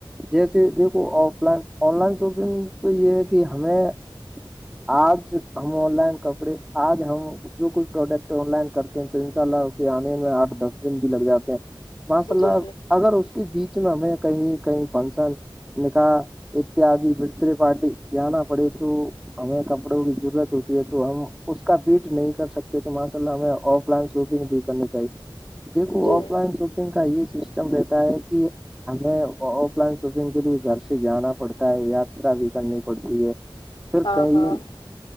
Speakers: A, in the centre; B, on the left.
A: جیسے دیکھو offline online shopping تو یہ ہے کہ ہمیں آج ہم آن لائن کپڑے آج ہم جو کوئی پروڈکٹ آن لائن کرتے ہیں تو ان شاء اللہ اسے آنے میں آٹھ دس دن بھی لگ جاتا ماشاء
B: جی
A: اللہ
B: جی
A: اگر اس کے بیچ میں ہمیں کہیں کہیں فنکشن نکاح اتیادی برتھ ڈے پارٹی جانا پڑے تو ہمیں کپڑوں کی ضرورت ہوتی ہے تو ہم اس کا فٹ نہیں کر سکتے تو ماشاء اللہ ہمیں آف لائن شاپنگ بھی کرنی چاہیے دیکھو
B: جی
A: آف لائن شاپنگ کا یہ سسٹم رہتا ہے کہ ہمیں آف لائن شاپنگ کے لیے گھر سے جانا پڑتا ہے یاترا بھی کرنی پڑتی ہے فر
B: ہاں
A: کئی
B: ہاں